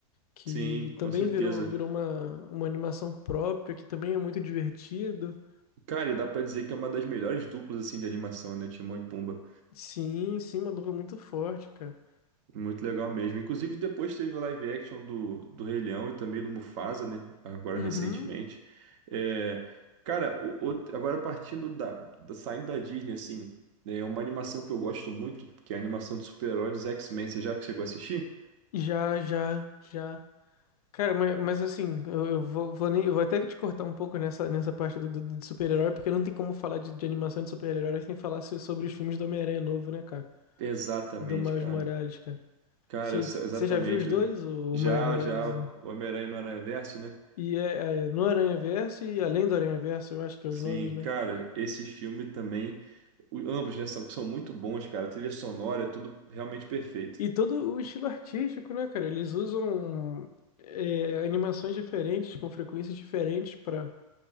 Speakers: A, on the left; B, on the right.
A: Que
B: Sim, com
A: também
B: certeza.
A: virou, virou uma, uma animação própria, que também é muito divertido.
B: Cara, e dá pra dizer que é uma das melhores duplas assim de animação, né, Timão e Pumba.
A: Sim, sim, uma dupla muito forte, cara.
B: Muito legal mesmo. Inclusive depois teve o live action do, do Rei Leão e também do Mufasa, né? Agora
A: Uhum.
B: recentemente. É... Cara, o, o- agora partindo da, da saindo da Disney assim, né, é uma animação que eu gosto muito, que é a animação de super-heróis dos X-Men. Você já que chegou a assistir?
A: Já, já, já. Cara, mas, mas assim, eu, eu vou, vou nem, eu vou até te cortar um pouco nessa, nessa parte do, do- de super-herói, porque não tem como falar de, de animação de super-herói sem falar so- sobre os filmes do Homem-Aranha novo, né, cara?
B: Exatamente,
A: Do Miles
B: cara.
A: Morales, cara.
B: Cara,
A: Você
B: ex- exatamente.
A: já viu os dois, o
B: Já,
A: o Miles Morales?
B: já,
A: o-
B: o Homem-Aranha no Aranhaverso, né?
A: E é, é no Aranhaverso e além do Aranhaverso, eu acho que é os
B: Sim,
A: nomes, né?
B: cara, esse filme também, o- ambos, né, são, são muito bons, cara. A trilha sonora, é tudo realmente perfeito.
A: E todo o estilo artístico, né, cara? Eles usam é, animações diferentes, com frequências diferentes pra